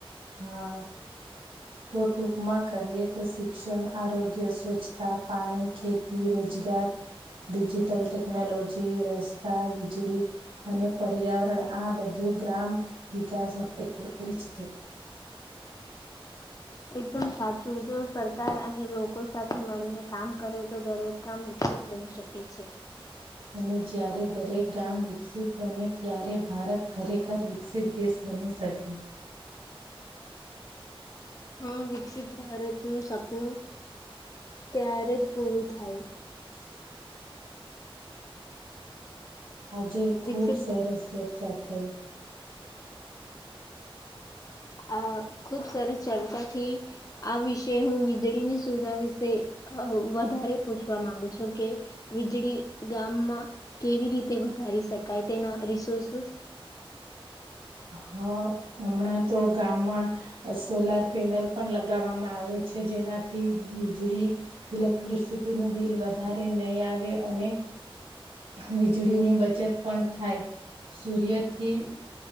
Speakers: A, on the right; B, on the left.
A: હા, તો ટૂંકમાં કહીએ તો શિક્ષણ આરોગ્ય સ્વચ્છતા પાણી ખેતી રોજગાર, ડિજિટલ ટેકનોલોજી રસ્તા વીજળી, અને પર્યાવરણ આ બધું ગ્રામ વિકાસ માટે છે.
B: એકદમ સાચું જો સરકાર અને લોકો સાથે મળીને કામ કરે તો દરેક કામ વિકસિત બની શકે છે.
A: અને જ્યારે દરેક ગામ વિકસિત બને ત્યારે ભારત ખરેખર વિકસિત દેશ બની શકે.
B: હા વિકસિત ભારતનું સપનું ત્યારે જ પૂરું થાય.
A: <inaudible> આજે ખુબ
B: વિકસિત
A: સરસ ચર્ચા <unintelligible>
B: આ ખુબ સરસ ચર્ચાથી આ વિષ હું વીજળીની સુવિધા વિશે વધારે પૂછવા માંગુ છું કે વીજળી ગામમાં કેવી રીતે વધારી શકાય તેના રિસોર્સસ
A: હ હમણાં તો ગામમાં સોલાર પેનલ પણ લગાવવામાં આવે છે જેનાથી વીજળી ઇલેક્ટ્રિસિટીનું બિલ વધારે નહીં આવે અને વીજળીની બચત પણ થાય સૂર્યથી